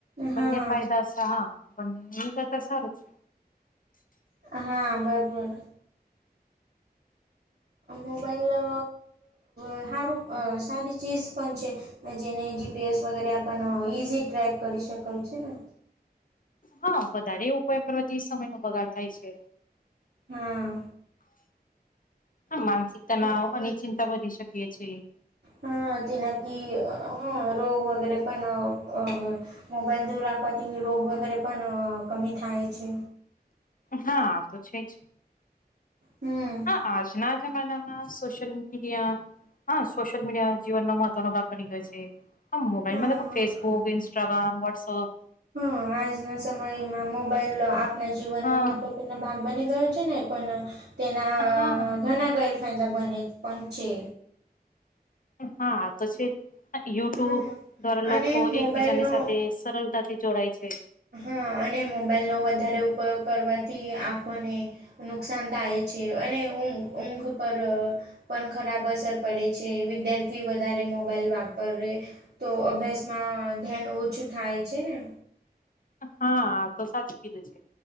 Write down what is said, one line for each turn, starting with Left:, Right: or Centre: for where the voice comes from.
Left: બંને
Right: હા
Left: ફાયદા હા બંને ક હ
Right: હા બરોબર મોબાઈલ અ... એ હારું સારી ચીઝ પણ છે. જેને જીપીએસ વગેરે આપના હોઈ ઈઝી ટ્રેક કરી શકાય છે ને.
Left: હા, વધારે એવ ઉપયોગ કરવાથી સમય નો બગાર થાય છે.
Right: હા
Left: માનસિકતાનાવ અને ચિંતા વધી શકીએ છી.
Right: હા તેનાકી હ રોગ વગેરે પણ મોબાઈલ દૂર રાખવાથીની રોગ વગેરે પણ કમી થાય છે.
Left: હા આ તો છે, જ
Right: હમ
Left: હા આજના જમાનામાં સોશિલ મીડિયા હા સોશિયલ મીડિયા જીવનનો મહત્વનો ભાગ બની ગયો છે. હા મોબાઈલ
Right: હા
Left: મ ફેસબુક ન્સ્ટાગ્રામ વોટ્સઅપ
Right: હા આજના સમયમાં મોબાઈલ આપના જીવન
Left: હા
Right: ન મહત્વપૂર્ણ ભાગ બની ગયો છે ને પણ તેના
Left: હા
Right: ઘણા ગેરફાયદા બને પંચે
Left: હા તો છે. યુટ્યુબ
Right: હા
Left: દ્વારા
Right: અને
Left: લોકો
Right: મોબાઈલનો
Left: એકબીજાની સાથે સરળતાથી જોડાય છે.
Right: હા અને મોબાઈલનોો વધારે ઉપયોગ કરવાથી આંખોને નુકસાન થાય છે અને ઊંઘ ઊંઘ પર પણ ખરાબ અસર પડે છે વિદ્યાર્થી વધારે મોબાઈલ વાપર તો અભ્યાસમાં ધ્યાન ઓછું થાય છેને
Left: હા તો સાચ કીધું છે.